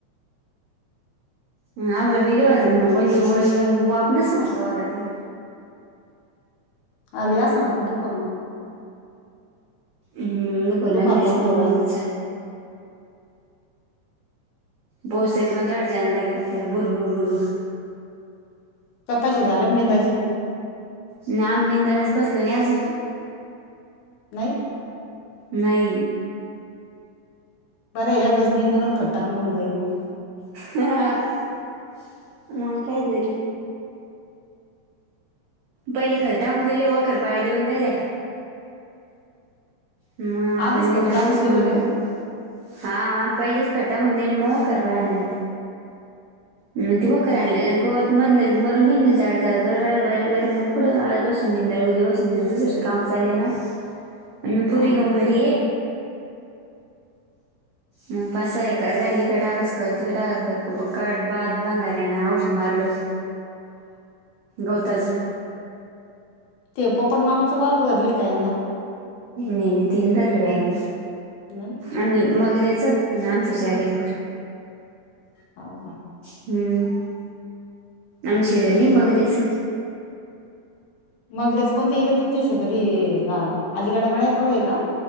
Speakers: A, on the right; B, on the left.
A: हा आभळ बी लय होत म ओल्ली ल्ल वाप नसन आता वावरातली.
B: आली आसन आता दुपारून.
A: हं दुपारुन
B: दुपार
A: आली
B: लागतो
A: आसन
B: वल्ल
A: मग चाल.. पउस कोणता एवढा जाणदार आहे कानू बुरबुर बुरबूर.
B: कपाश्या झाल्या का निंदाच्या.
A: नाही आम्ही निंदालाच बसलो नाही अजून.
B: नाही
A: नाही
B: बरे एक दसणींदोल खट्टा नवऊन जाईन मग
A: ह ममां कायदरी पहिली खर टाकून दिली वखे पाया देऊन जाल्या म आता
B: आधीच
A: नि
B: खत
A: जर
B: टाकून
A: बस
B: दिले
A: म्ह
B: होते का?
A: हा पहिलेच खट्टा होऊून दिली मग करपाय आणले
B: <inaudible>
A: त ते वखर आणले गवत मधलं मरून गेले झाडड बारीक बारीक मग पुढ आज बस ्या बसून दुस काम चालले पुरीऊ
B: हा
A: घरी ते
B: <inaudible>
A: मग पाका तिकडे टाकस का तिकडे टाकस का बाद बांध आहे ना औषध मारलं
B: ह
A: गौतजू
B: ते प पण नामाचं वावर ले कायंदा
A: नाही तींतर्ल बाग
B: नाही
A: आम्ही मगऱ्याचं आणि आमचे चार एकर
B: ह का
A: हम्म आंग श मग देस
B: मगरेच कोणत इल तुमच्या शजरी का अलीकाडे म्हणा ोढ आहे का